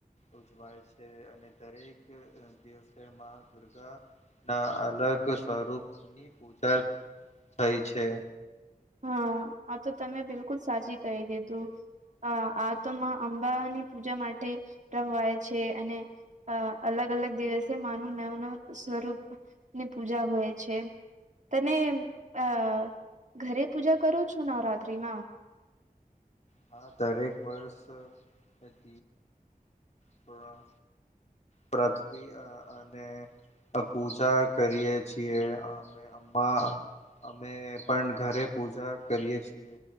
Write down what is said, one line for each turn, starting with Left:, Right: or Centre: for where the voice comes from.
Left: ઉજવાય છે. અને દરેક દસ દિવસ તેમાં દુર્ગાના અલગ સ્વરૂપની ની પૂજા થાય છે.
Right: હા. આ તો તમે બિલકુલ સાચી કહી દીધું. અહ આ તો માં અંબા ની પૂજા માટે રમવાય છે. અને અહ અલગ-અલગ દિવસે માનું નવું-નવું સ્વરૂપ ની પૂજા હોય છે. તને અહ ઘરે પૂજા કરો છો નવરાત્રીમાં?
Left: હા દરેક વર્ષ <inaudible> થોડા પૃથ્વી અહ અને પૂજા કરીએ છીએ. અમે રમવા અમે પણ ઘરે પૂજા કરીએ છીએ.